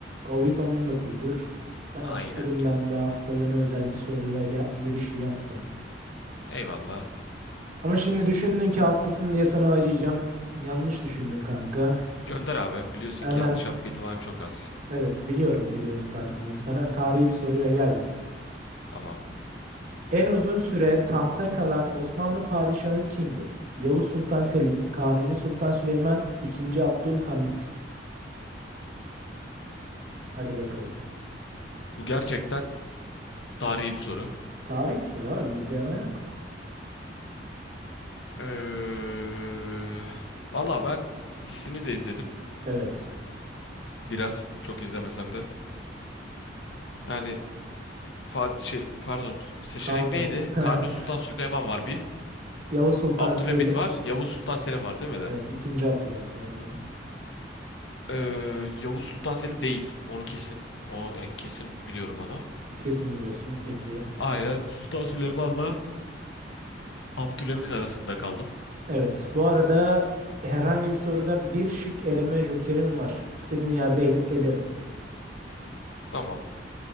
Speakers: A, on the right; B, on the left.
A: Covid-19'dur. Sana
B: Aynen.
A: çıtırından ve hastalığına özel bir soruyla ge- girişi yaptım.
B: Eyvallah.
A: Ama şimdi düşündün ki hastasın diye sana acıyacağım. Yanlış düşündün kanka.
B: Gönder abi. Biliyorsun
A: Hemen
B: ki yanlış yapma ihtimalim çok az.
A: evet biliyorum biliyorum farkındayım. Sana tarihi bir soruyla geldim.
B: Tamam.
A: En uzun süre tahta kalan Osmanlı padişahı kimdir? Yavuz Sultan Selim, Kanuni Sultan Süleyman, II. Abdülhamit. Hadi bakalım.
B: Bu gerçekten tarihi bir soru.
A: Tarihi bir soru abi bizde yalan yok.
B: Eee valla ben dizisini de izledim.
A: Evet.
B: Biraz. Çok izlemesem de. Yani Fatih şey pardon. Seçenek
A: Kanuni.
B: neydi?
A: <laughs>
B: Kanuni Sultan Süleyman var bir.
A: Yavuz Sultan
B: Abdülhamit
A: Selim,
B: var. Yavuz Sultan Selim var değil mi de?
A: Evet, ikinci Abdülhamit var burada.
B: Eee, Yavuz Sultan Selim değil. Onu kesin. O yani kesin biliyorum onu.
A: Kesin biliyorsun. Peki.
B: Aynen Sultan Süleyman'la Abdülhamit arasında kaldım.
A: Evet. Bu arada herhangi bir soruda bir şık eleme jokerim var. İstediğin yerde el- elerim.
B: Tamam.